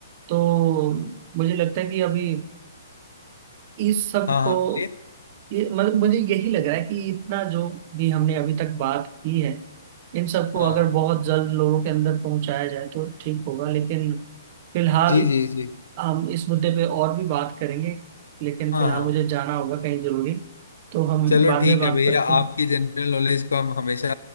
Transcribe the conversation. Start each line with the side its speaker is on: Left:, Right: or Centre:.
Right: तो मुझे लगता है कि अभी इस सब
Left: हाँ हाँ
Right: को
Left: बोलिए
Right: ये मतलब मुझे यही लग रहा है कि इतना जो भी हमने अभी तक बात की है इन सबको
Left: हाँ
Right: अगर
Left: हाँ हाँ।
Right: बहुत जल्द लोगों के अंदर पहुंचाया जाए तो ठीक होगा लेकिन फिलहाल
Left: जी जी जी
Right: हम इस मुद्दे पे और भी बात करेंगे लेकिन
Left: हाँ
Right: फिलहाल
Left: हाँ
Right: मुझे जाना होगा कहीं जरूरी तो हम
Left: चलो
Right: बाद
Left: ठीक
Right: में बात
Left: है भैया
Right: करते हैं
Left: आपकी जनरल नॉलेज को हम हमेशा